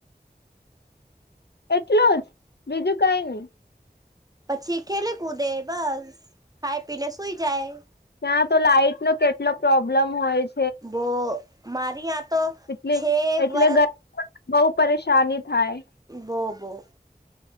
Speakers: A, on the left (about 85°); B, on the right (about 20°).
A: એટલું જ, બીજું કઈ નઈ?
B: પછી ખેલે કૂદે બસ ખાય પીલે સુઈ જાય
A: ત્યા તો લાાઈટ, નો કેટલો પ્રોબ્લેમ હોય જ
B: બોહ, મારી યા તો
A: એટલે
B: છે.
A: એટલે
B: વરષ
A: બહુ પરેશાની થાય
B: બો બો.